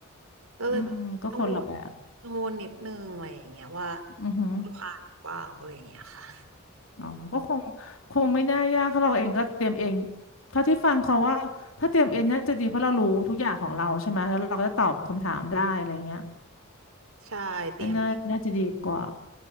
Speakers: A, on the right (about 85°); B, on the left (about 70°).
A: ก็เลยแบบกังวล
B: อืม ก็คนละแบบ
A: กังวลนิดนึงอะไรอย่างเงี้ยว่า
B: อือหือ
A: จะผ่านหรือเปล่าอะไรอย่างเงี้ยค่ะ
B: อ๋อก็คงคงไม่น่ายากเพราะเราเองก็เตรียมเองเท่าที่ฟังเขาว่าถ้าเตรียมเองน่าจะดีเพราะเรารู้ทุกอย่างของเราใช่ไหมแล้วเราก็จะตอบคำถามได้อะไรเงี้ย
A: <laughs> ใช่เตรียม
B: ก็น่าน่าจะดีกว่า